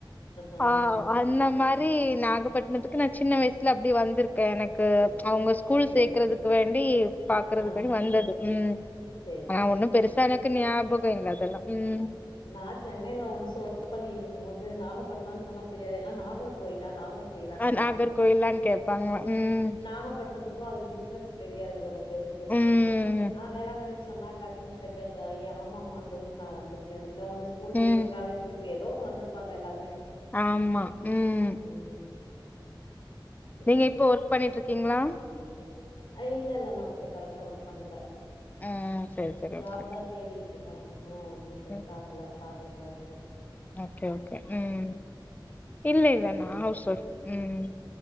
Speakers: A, on the left; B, on the left.
A: ஆ
B: ஆஹ் அண்ண மாரி நாகப்பட்டினத்துக்கு நான் சின்ன வயசுல அப்படி வந்திருக்கேன் எனக்கு அவங்க ஸ்கூல்
A: சேரி
B: சேக்கறதுக்கு வேண்டி பாக்குறதுக்குனு
A: ஆ
B: வந்தது உம்
A: சேரி
B: ஆனா
A: சேரி
B: ஒண்ணு
A: சேரி சேரி
B: பெருசா எனக்கு ஞாபக தின்ன தெல்லாம் ம்
A: நான் சென்னையில ஒன்ஸ் ஒர்க் பண்ணிட்டு இருக்கும் போது நாகப்பட்டினம்னு சொன்னா தெரியாது எல்லா நாகர் கோயிலா நாகர் கோயிலான்னுவாங்க
B: ஆ நாகர்கோயில்லான்னு கேப்பாங்க ம்
A: நாகப்பட்டினத்துக்கு அப்ப டிஃப்ரன்ஸ் தெரியாது செல பேருக்கு
B: ம்
A: ஆனா வேளாங்கண்ணின்னு சொன்னா டக் இன்ஸ் பிரக்ரண்டாகி ஆமா அந்த ஊருக்கு நா வந்துருக்க எல்லா ஒன்னு ஸ்கூல் ட்ரிப்
B: ம்
A: காலேஜ் ட்ரிப் எது எதோ ஒண்ணு வந்திருப்பாங்க எல்லாரு
B: ஆமா ம்
A: ம் சேரி
B: நீங்க இப்போ
A: சேரி
B: ஒர்க் பண்ணிட்டு இருக்கீங்களா
A: இல்ல இல்ல நான் இப்ப கரெக்டா ஒர்க் பண்ணல
B: ம் சரி சரி
A: ஜாப்
B: ஓகே ஓகே
A: தான் தேடிட்டு இருக்கேன் ஒன்னும் ஒன்னும் செட்
B: ம்
A: பாத்துட்டு தான் இருக்க
B: ஓகே ஓகே உம் இல்ல இல்ல நா ஹவுஸ் வைஃப் ம்